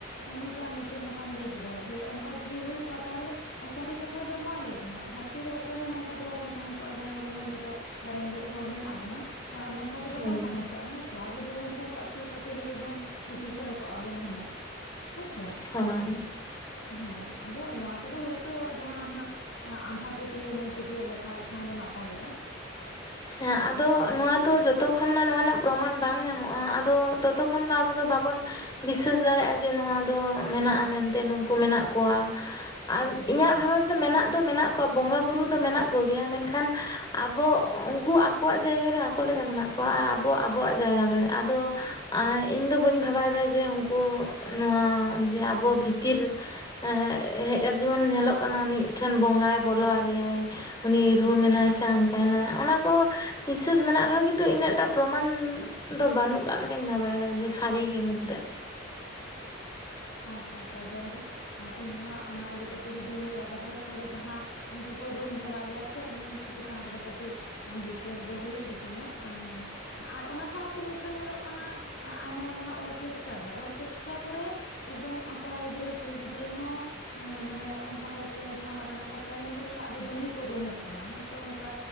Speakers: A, on the left; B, on the left.
A: ᱚᱱᱮ ᱡᱮ ᱢᱤᱫ ᱴᱮᱱ ᱠᱟᱛᱷᱟᱢ ᱞᱟᱹᱭ ᱠᱮᱫᱟ ᱡᱮ ᱚᱱᱠᱟ ᱡᱩᱫᱤ ᱦᱩᱭ ᱠᱚᱜᱼᱟ ᱛᱟᱦᱞᱮ ᱥᱟᱨᱤ ᱠᱟᱛᱷᱟ ᱫᱚ ᱱᱚᱣᱟ ᱜᱮ ᱠᱟᱱᱟ ᱫᱷᱟᱨ ᱛᱤᱨᱮ ᱚᱠᱚᱭ ᱦᱚᱸ ᱱᱚᱝᱠᱟ ᱫᱚ ᱵᱟᱵᱩᱱ ᱛᱟᱦᱮᱸ ᱠᱚᱜᱼᱟ ᱡᱟᱦᱟᱸᱭ ᱡᱮᱢᱚᱱ ᱱᱤᱛᱚᱜ ᱨᱮᱸᱜᱮᱡ ᱦᱚᱲ ᱢᱮᱱᱟᱜ ᱵᱩᱱᱟ, ᱟᱸ ᱱᱚᱝᱠᱟ ᱫᱚ ᱵᱟᱵᱩᱱ
B: ᱦᱮᱸ
A: ᱛᱟᱦᱮᱸ ᱠᱚᱜᱼᱟ ᱦᱮᱸ ᱥᱮ ᱟᱵᱩ ᱫᱚ ᱩᱱᱠᱩ ᱠᱚ ᱟᱥᱩᱞ ᱠᱟᱛᱮᱫ ᱜᱮ ᱮᱠᱫᱚᱢ ᱠᱤᱥᱟᱹᱬ ᱠᱚᱜᱼᱟ ᱵᱩᱱ ᱦᱩᱱᱟᱹᱝ ᱦᱮᱸ ᱥᱮ ᱾
B: <unintelligible>
A: ᱦᱮᱸ ᱟᱫᱚ ᱱᱚᱣᱟ ᱠᱚᱫᱚ ᱦᱳᱭᱛᱳ ᱡᱟᱦᱟᱸ ᱱᱟᱦᱟᱜ ᱟᱸᱫᱷᱟ ᱯᱟᱹᱛᱭᱟᱹᱣ ᱢᱮᱱᱛᱮ ᱜᱮ ᱞᱮᱠᱷᱟ ᱞᱮᱠᱷᱟᱱ ᱫᱚ ᱱᱟᱯᱟᱭᱚᱜᱼᱟ ᱾
B: ᱦᱮᱸ ᱟᱫᱚ ᱱᱚᱣᱟ ᱫᱚ ᱡᱚᱛᱚ ᱠᱷᱚᱱᱟ ᱱᱚᱣᱟ ᱨᱮᱱᱟᱜ ᱯᱨᱚᱢᱟᱱ ᱵᱟᱝ ᱧᱟᱢᱚᱜᱼᱟ ᱟᱫᱚ ᱛᱚᱛᱚ ᱠᱷᱚᱱ ᱢᱟ ᱟᱵᱩ ᱫᱚ ᱵᱟᱵᱚᱱ ᱵᱤᱥᱥᱟᱹᱥ ᱫᱟᱲᱮᱭᱟᱜᱼᱟ ᱡᱮ ᱱᱚᱣᱟ ᱫᱚ ᱢᱮᱱᱟᱜᱼᱟ ᱢᱮᱱᱛᱮ ᱱᱩᱠᱩ ᱢᱮᱱᱟᱜ ᱠᱩᱣᱟ, ᱟᱨ
A: ᱦᱮᱸ
B: ᱤᱧᱟᱹᱜ
A: ᱦᱮᱸ
B: ᱵᱷᱟᱵᱮ ᱛᱮᱫᱚ ᱢᱮᱱᱟᱜ ᱫᱚ ᱢᱮᱱᱟᱜ ᱠᱚᱣᱟ ᱵᱚᱸᱜᱟ ᱵᱩᱨᱩ ᱫᱚ ᱢᱮᱱᱟᱜ ᱠᱚ ᱜᱮᱭᱟ ᱢᱮᱱᱠᱷᱟᱱ ᱟᱵᱩ ᱩᱱ ᱠᱩ ᱟᱠᱚᱣᱟᱜ ᱡᱟᱭᱜᱟ ᱨᱮ ᱟᱠᱚ ᱞᱮᱠᱟ ᱢᱮᱱᱟᱜ ᱠᱚᱣᱟ ᱟᱨ ᱟᱵᱚ ᱟᱵᱚᱣᱟᱜ ᱡᱟᱭᱜᱟ ᱨᱮ, ᱟᱫᱚ ᱟᱨ ᱤᱧ ᱫᱚ ᱵᱟᱹᱧ ᱵᱷᱟᱵᱟᱭ-ᱫᱟ ᱡᱮ ᱩᱱᱠᱩ ᱱᱚᱣᱟ ᱡᱮ ᱟᱵᱚ ᱵᱷᱤᱛᱤᱨ ᱮᱸ ᱦᱮᱡ ᱠᱟᱛᱮᱜ ᱡᱮᱢᱚᱱ ᱧᱮᱞᱚᱜ ᱠᱟᱱᱟ ᱢᱤᱫᱴᱷᱮᱱ ᱵᱚᱸᱜᱟᱭ ᱵᱚᱞᱚ ᱟᱫᱮᱭᱼᱟᱭ, ᱩᱱᱤ ᱨᱩᱢ ᱮᱱᱟᱭ ᱥᱮ ᱦᱟᱝᱠᱟᱭ ᱮᱱᱟᱭ ᱚᱱᱟ ᱠᱚ ᱵᱤᱥᱤᱥᱥᱟᱹᱥ ᱢᱮᱱᱟᱜ ᱨᱮ ᱦᱚᱸ ᱠᱤᱱᱛᱩ ᱤᱱᱟᱹᱜ ᱴᱟᱜ ᱯᱨᱚᱢᱟᱱ ᱫᱚ ᱵᱟᱱᱩᱜ ᱠᱟᱫ ᱞᱮᱠᱟᱧ ᱵᱷᱟᱵᱟᱭᱮᱫᱟ ᱡᱮ ᱥᱟᱨᱤ ᱜᱮ ᱢᱮᱱᱛᱮ,
A: ᱟᱪᱪᱷᱟ ᱟᱪᱪᱷᱟ ᱡᱟᱭᱦᱳᱠ ᱤᱧ ᱫᱚ ᱦᱟᱸᱜ ᱚᱱᱟ ᱤᱫᱤ ᱠᱟᱛᱮᱜ ᱡᱩᱫᱤᱧ ᱞᱟᱹᱭᱟ ᱡᱟᱦᱮᱨ ᱠᱚᱲᱮ ᱡᱟᱦᱟᱸ ᱩᱱᱠᱩ ᱠᱩ ᱨᱩᱢ ᱵᱚᱸᱜᱟᱜ ᱜᱮᱭᱟ ᱥᱮ ᱩᱱᱠᱩ ᱪᱮᱛᱟᱱ ᱨᱮ ᱫᱚ ᱠᱟᱹᱴᱤᱡ ᱵᱤᱥᱮᱥ ᱫᱚ ᱦᱩᱭᱩᱜ ᱜᱤᱛᱤᱧᱟ, ᱚᱱᱮ ᱟᱨ ᱚᱱᱟ ᱥᱟᱶᱛᱮ ᱱᱤᱛᱚᱜ ᱧᱮᱞᱚᱜ ᱠᱟᱱᱟ ᱟᱭᱢᱟ ᱞᱮᱠᱟᱱᱟᱜ ᱚᱨᱠᱮᱥᱴᱟᱨ ᱨᱮ, ᱚᱨᱠᱮᱥᱴᱟᱨᱟ ᱠᱚᱨᱮ ᱮᱠᱫᱚᱢ ᱠᱚᱲᱟ ᱜᱤᱫᱽᱨᱟᱹ ᱠᱩᱲᱤ ᱜᱤᱫᱽᱨᱟᱹ ᱦᱚᱸ ᱮᱸ ᱢᱟᱱᱮ ᱚᱱᱠᱟ ᱦᱚᱭᱛᱳ ᱡᱟᱦᱟᱸ ᱞᱮᱠᱟ ᱱᱟᱜ ᱠᱚ ᱥᱮᱨᱮᱧ ᱜᱚᱫ ᱮᱫᱟ ᱟᱫᱚ ᱫᱚᱢᱮ ᱠᱚ ᱨᱩᱢᱩᱜ ᱠᱟᱱᱟ ᱦᱚᱭᱛᱳ ᱚᱱᱠᱟ